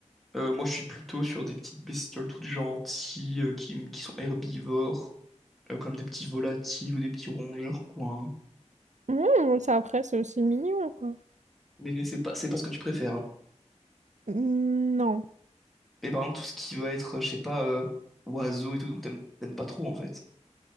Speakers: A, in the centre; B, on the right.
A: Euh, moi je suis plutôt sur des petites bestioles toutes gentilles euh, qui, qui sont herbivores, euh, comme des petits volatiles ou des petits rongeurs quoi. hein.
B: Mmh, ça après, c'est aussi mignon, quoi.
A: Mais c'est pas c'est pas ce que tu préfères. hein.
B: Mmh, non.
A: Et par exemple tout ce qui va être euh, je sais pas euh, oiseau et tout donc t'aimes t'aimes pas trop en fait.